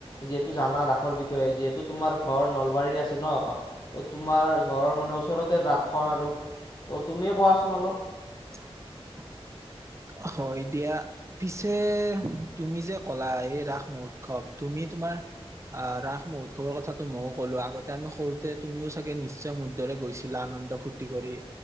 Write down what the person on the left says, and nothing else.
যিহেতু জানা ৰাসৰ বিষয়ে যিহেতু তোমাৰ ঘৰ নল বাৰীৰ আছে ন ত তোমাৰ ঘৰৰ মানে ওচৰতে ৰাসখন আৰু। ত তুমিয়ে কোৱাচোন অলপ?